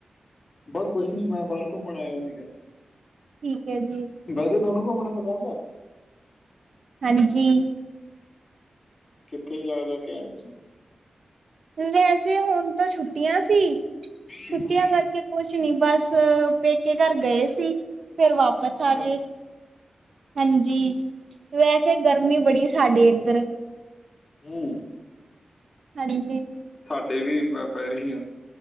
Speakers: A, on the left (about 45°); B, on the right (about 65°).
A: ਬਸ ਕੋਸ਼ ਨੀ, ਮੈਂ ਬਾਰ ਘੁੰਮਣ ਆਏਆ ਸੀਗਾ।
B: ਠੀਕ ਹੈ ਜੀ,
A: ਵੈਸੇ ਧੋਨੂੰ ਘੁੰਮਣਾ ਪਸੰਦ ਆ?
B: ਹਾਂਜੀ।
A: ਕਿੱਥੇ ਜਾ, ਜਾ ਕੇ ਆਏਂ ਤੁਸੀਂ?
B: ਵੈਸੇ ਹੁਨ ਤਾਂ ਛੁੱਟੀਆਂ ਸੀ
A: ਹੂੰ
B: ਛੁੱਟੀਆਂ ਕਰਕੇ ਕੋਸ਼ ਨੀ ਬਸ ਪੇਕੇ ਘਰ ਗਏ ਸੀ ਫੇਰ ਵਾਪਸ
A: ਅੱਛਾ।
B: ਆ ਗੇ। ਹਾਂਜੀ, ਵੈਸੇ ਗਰਮੀ ਬੜੀ ਸਾਡੇ ਏਦਰ
A: ਹੂੰ
B: ਹਾਂਜੀ
A: ਦੇਵੀ ਪੈ ਰਹੀ ਆ